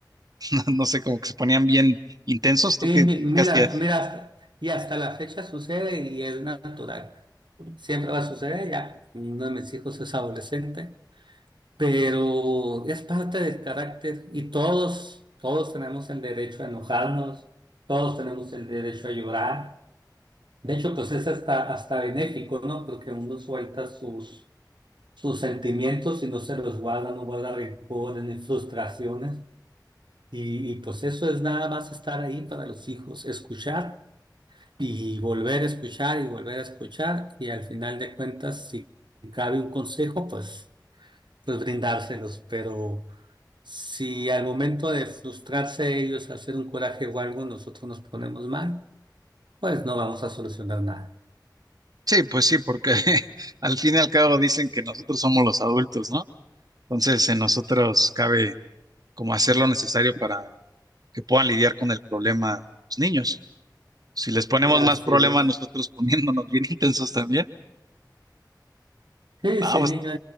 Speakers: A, on the right (about 55°); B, on the right (about 85°).
A: <laughs> no sé, como que se ponían bien intensos? ¿Tú
B: Sí,
A: qué,
B: mi- mira,
A: qué hacías?
B: mira, hasta- y hasta la fecha sucede y es natural. Siempre va a suceder, ya uno de mis hijos es adolescente, pero es parte del carácter y todos, todos tenemos el derecho a enojarnos, todos tenemos el derecho a llorar. De hecho, pues es hasta, hasta benéfico, ¿no? Porque uno suelta sus sus sentimientos y no se los guarda, no guarda rencores ni frustraciones. Y, y, pues eso es nada más estar ahí para los hijos, escuchar y volver a escuchar y volver a escuchar. Y al final de cuentas, si cabe un consejo, pues, pues brindárselos. Pero si al momento de frustrarse ellos, hacer un coraje o algo, nosotros nos ponemos mal, pues no vamos a solucionar nada.
A: Sí, pues sí, porque <laughs> al fin y al cabo dicen que nosotros somos los adultos, ¿no? Entonces, en nosotros cabe como hacer lo necesario para que puedan lidiar con el problema los niños. Si les ponemos
B: Y así
A: más problema
B: es.
A: nosotros poniéndonos bien <laughs> intensos también,
B: Sí,
A: vamos,
B: si el niño